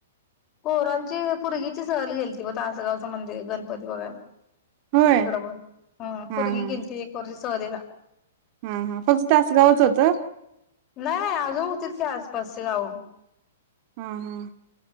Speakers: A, on the left; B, on the right.
A: पोरांची पोरगीची सहल गेली त ब तासगावचं मंदिर गणपती बघायला.
B: होय
A: तिकडं पण ह
B: हा
A: पर्गी
B: हा
A: गेली ती एक वर्ष सहरीला
B: हा हा फक्त तासगावच होतं.
A: नाही अजून होतीच क आसपासचे गाव
B: हम हम्